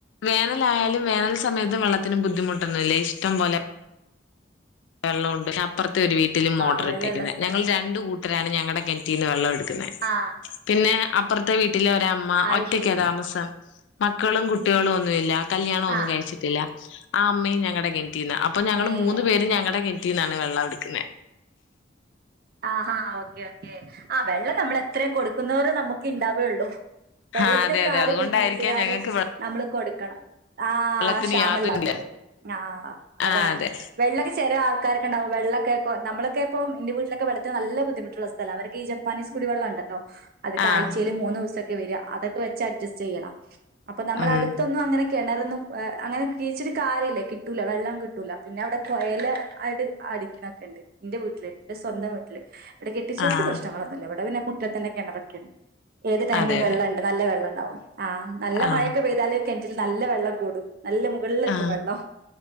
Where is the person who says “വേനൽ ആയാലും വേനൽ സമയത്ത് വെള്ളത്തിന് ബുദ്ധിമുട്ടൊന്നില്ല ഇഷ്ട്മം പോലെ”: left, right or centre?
Left